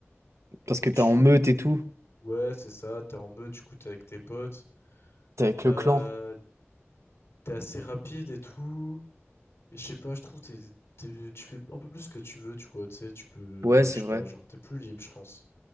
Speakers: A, on the right; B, on the left.
A: Parce
B: Genre,
A: que
B: tu.
A: t'es en meute et tout.
B: Ouais, c'est ça, t'es en meute, du coup, t'es avec tes potes.
A: T'es avec
B: T'as-
A: le clan.
B: T'es assez rapide et tout. Et je sais pas, je trouve que t'es- t'es- tu fais un peu plus ce que tu veux, tu vois, tu sais, tu peux,
A: Ouais, c'est
B: je sais
A: vrai.
B: pas, genre, t'es plus libre, je pense.